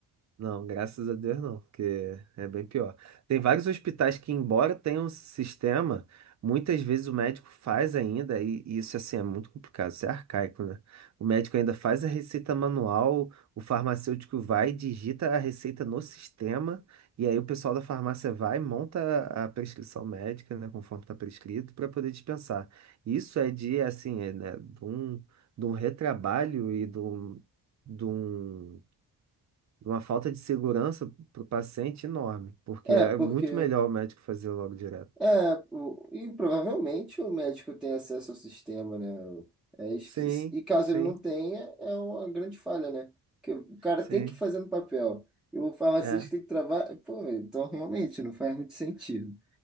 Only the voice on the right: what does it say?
Não, graças a Deus não, porque é bem pior. Tem vários hospitais que, embora tenham um sistema, muitas vezes o médico faz ainda, e e isso assim é muito complicado, isso é arcaico, né? O médico ainda faz a receita manual, o farmacêutico vai, e digita a receita no sistema, e aí o pessoal da farmácia vai, e monta a a prescrição médica, né, conforme está prescrito, para poder dispensar. Isso é de, assim, é, né, de um, de um retrabalho e de um. De um de uma falta de segurança para o paciente enorme, porque
é
muito melhor o médico fazer logo direto.
Sim,
sim,
sim,
é,